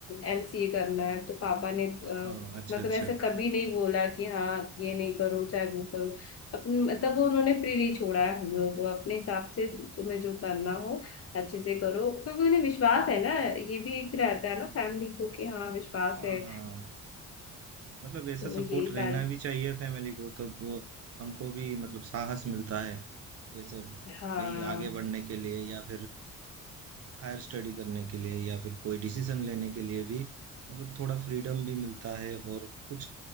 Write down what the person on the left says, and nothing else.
एमसीए करना है तो पापा ने अ,
मतलब
ऐसे कभी नहीं बोला कि हाँ ये नहीं करो चाहे वो करो अपन- तब उन्होंने फ्री नहीं छोड़ा है हम लोगों को अपने हिसाब से तुम्हें जो करना हो अच्छे से करो क्योंकि उन्हें विश्वास है ना ये भी एक रहता है ना फैमिली को कि हाँ विश्वास
है
तो ये
सारी
हाँ